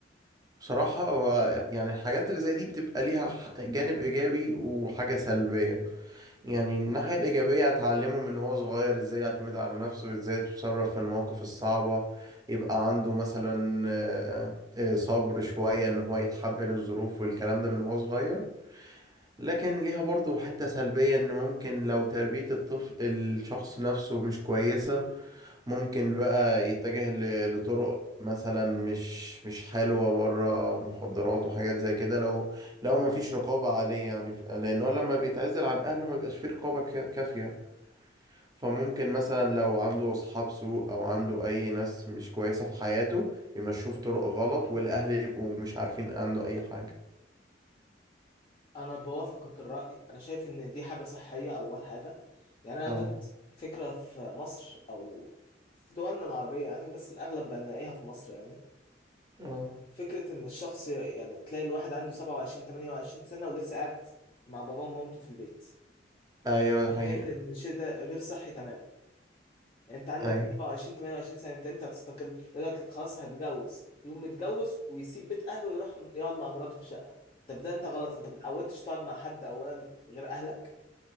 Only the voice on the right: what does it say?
بصراحة هو يعني الحاجات اللي زي دي بتبقى ليها ح- جانب إيجابي وحاجة سلبية يعني الناحية الإيجابية هتعلمه من هو صغير إزاي يعتمد على نفسه وإزاي يتصرف في المواقف الصعبة يبقى عنده مثلا آه، آه، صبر شوية إن هو يتحمل الظروف والكلام ده من هو صغير لكن ليها برضه حتة سلبية إن ممكن لو تربية الطفل الشخص نفسه مش كويسة ممكن بقى يتجه ل- لطرق مثلا مش مش حلوة بره مخدرات وحاجات زي كده لو لو ما فيش رقابة عليه يعني ف- لأنه لما بيتعزل عن أهله ما بيبقاش فيه رقابة كا- كافية فممكن مثلا لو عنده أصحاب سوء أو عنده أي ناس مش كويسة في حياته يمشوه في طرق غلط والأهل يبقوا مش عارفين عنه أي حاجة
اه
اه
أيوه ده حقيقة
أيوه